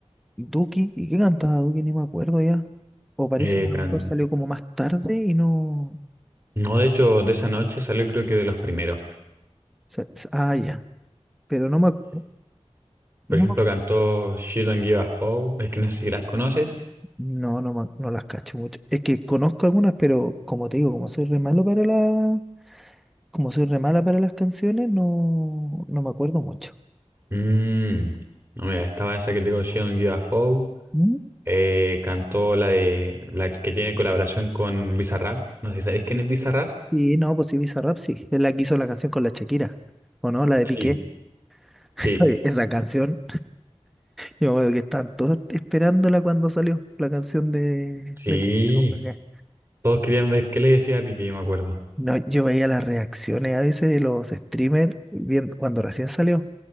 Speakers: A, in the centre; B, on the right.
A: Duki, ¿y qué cantaba Duki? Ni me acuerdo ya. O parece
B: Eh,
A: que a lo
B: can-
A: mejor salió como más tarde y no.
B: No, de hecho, de esa noche salió creo que de los primeros.
A: se- se- Ah, ya. Pero no me, acu-
B: Por
A: no
B: ejemplo,
A: me acu-
B: cantó She Don't Give a Foe. Es que no sé si las conoces.
A: no, no, me- no las cacho mucho. Es que conozco algunas, pero como te digo, como soy re malo para la, como soy re mala para las canciones, no, no me acuerdo mucho.
B: Mm, no, mira, estaba esa que te digo, She Don't Give a Foe.
A: ¿Mm?
B: Eh, cantó la de la que tiene colaboración con Bizarrap. No sé si sabéis quién es Bizarrap.
A: Sí, no, pues sí, Bizarrap sí. Es la que hizo la canción con la Shakira. ¿O no? La de Piqué.
B: Sí,
A: <laughs>
B: sí,
A: Oye, esa canción, yo veo que estaban todos esperándola cuando salió la canción de,
B: sí.
A: de Shakira.
B: Todos querían ver qué le decía a Piqué, yo me acuerdo.
A: No, yo veía las reacciones a veces de los streamers bien- cuando recién salió.